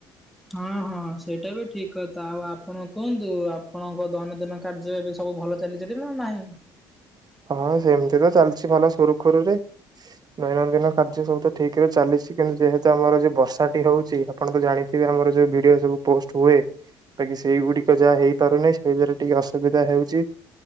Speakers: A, in the centre; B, on the right (about 40°).
A: ହଁ ହଁ ସେଇଟା ବି ଠିକି କଥା ଆଉ ଆପଣଙ୍କ କୁହନ୍ତୁ ଆପଣଙ୍କ ଦୈନନ୍ଦିନ କାର୍ଯ୍ୟ ଏବେ ସ ବୁ ଭଲ ଚାଲିଚି ଟି ନା ନାହିଁ?
B: ହଁ ସେମିତି ତ ଚାଲିଛି ଭଲ ସୁରୁଖୁରୁରେ ଦୈନନ୍ଦିନ କାର୍ଯ୍ୟ ସବୁ ତ ଠିକ ରେ ଚାଲିଛି। କିନ୍ତୁ ଯେହେତୁ ଆମର ଯ ବର୍ଷା ଟି ହେଉଛି ଆପଣ ତ ଜାଣିଥିବେ ଆମର ଯୋଉ ଭିଡିଓ ସବୁ ପୋଷ୍ଟ ହୁଏ। ବାକି ସେଇଗୁଡିକ ଯାହା ହେଇପାରୁନାହିଁ ସେଇଥିରେ ଟିକେ ଅସୁବିଧା ହେଉଛି।